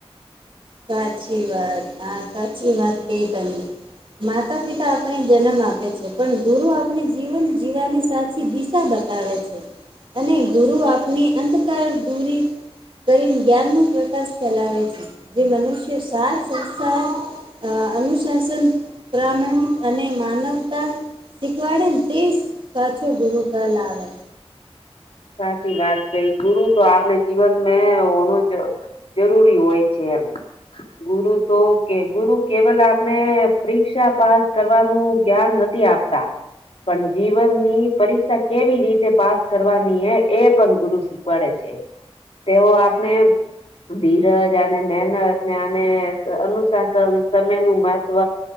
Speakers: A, on the right; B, on the left.
A: સાચી વાત હા સાચી વાત કે તમને. માતા પિતા આપણે જન્મ આપે છે પણ ગુરુ આપણે જીવન જીવાની સાચી દિશા બતાવે છે અને ગુરુ આપની અંધકાર દૂરી કરીને જ્ઞાનનો પ્રકાશ ફેલાવે છે. જે મનુષ્ય સાથ સંસાર અનુશાસન પ્રમાણિક અને માનવતા શીખવાડે ને તે સાચો ગુરુ કહેલાવેે.
B: સાચી વાત ગુરું તો આપણે જીવન મે હોણું જ જરૂરી હોય છે એમ. ગુરુ તો કે ગુરુ કેવલ આપણે પરીક્ષા પાસ કરવાનું જ્ઞાન નથી આ- પતા પણ જીવનની પરીક્ષા કેવી રીતે પાસ કરવા એ પણ ગુરુ શીખવાડે છે તેઓ આપને ધીરજ અને મહેનત ને આને અનુશાસન સમયનું મહત્વ